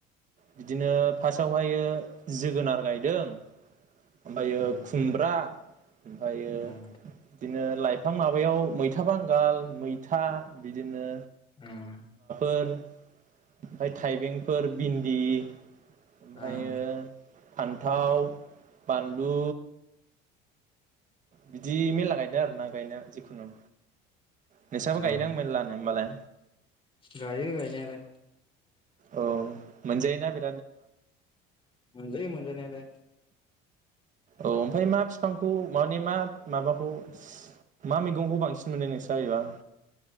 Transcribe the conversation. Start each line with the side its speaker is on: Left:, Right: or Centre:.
Right: बिदिनो फास्टावहायो जोगोनार गायदों ओमफायो
Left: उम
Right: खुमब्रा ओमफायो
Left: उम
Right: बिदिनो लाइफां माबायाव मैथा बांगाल मैथा बिदिनो
Left: उम
Right: फोर ओमफाय थाइबेंफोर भिन्दी ओमफायो
Left: उम
Right: फान्थाव बानलु बिदि मेरला गायदो आरो ना गायनाया जिखुनु नोंस्राबो
Left: उम
Right: गायदां मेरलानो होमबालाय
Left: गायो गायनायालाय
Right: ओव मोनजायोना बे
Left: मोनजायो मोनजानायालाय
Right: ओव ओमफाय मा फिफांखौ माने मा माबाखौ मा मैगंखौ बांसिन मोनो नोंस्रा बेबा?